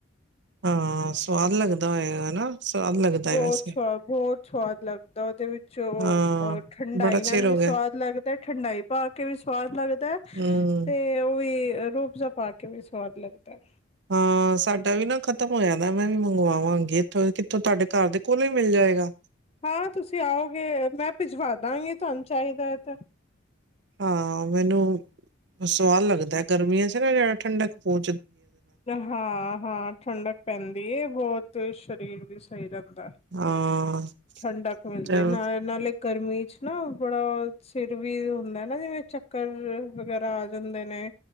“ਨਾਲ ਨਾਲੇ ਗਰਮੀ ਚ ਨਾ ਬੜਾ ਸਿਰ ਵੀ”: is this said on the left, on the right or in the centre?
Left